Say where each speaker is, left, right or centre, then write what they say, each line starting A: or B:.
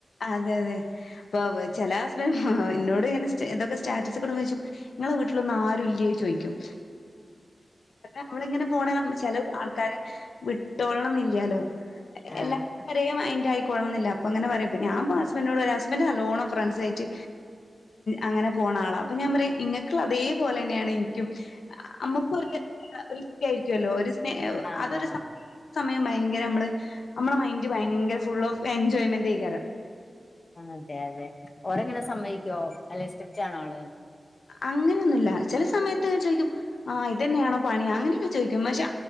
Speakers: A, on the left (about 80°); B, on the left (about 40°).
A: അതെ അതെ അപ്പൊ ചെലെ ഹസബന്റ് എന്നോട് ഇങ്ങനെ ഇതൊക്കെ സ്റ്റാറ്റസ്ടണ ചോദിച്ചു നിങ്ങളെ വീട്ടിലൊന്നും ആരു ല്ലെ ചോയിക്കും നമ്മളിങ്ങനെ പോണെ ചെല ആൾക്കാരെ വിട്ടോള്ളണം ന്നില്ലാലോ
B: ആഹ്
A: എല്ലാരും ഒരേ മെയ്ൻ്റയിക്കോളണെന്നില്ല അപ്പോ ഇങ്ങനെ പറയും ഞാൻ ഹസ്ബന്റി നോട് റയുംഹസ്ബന്റ് നല്ലോണ്ണം ഫ്രണ്ട്സായിട്ട് അങ്ങനെ പോണ ആളാ അപ്പൊ ഞാൻ പറയും നിങ്ങൾക്കിള്ള അതേപോലെന്നെയാണ് എനിക്കും നമുക്കൊരു ഇഷ്ടായിരിക്കല്ലോ ഒരു സ്നേ
B: ആഹ്
A: അതൊരു സമയം ഭയങ്കര നമ്മള് നമ്മെളെ മൈന്റ് ഭയങ്കര ഫുൾ ഓഫ് എൻജോയ്മെന്റൈയ് ക്കാര്യം
B: അതെ അതെ ഓരെങ്ങനെ സമ്മൈക്കോ അല്ലെ സ്റ്റിറ്റാ <unintelligible> ണോ ആള്
A: അങ്ങനൊന്നുല്ല ചെലെ സമയത്ത് ചോയിക്കും ആഹ് ഇതന്നെയാണോ പണി അങ്ങനെയൊക്കെ ചോദിക്കും പക്ഷേ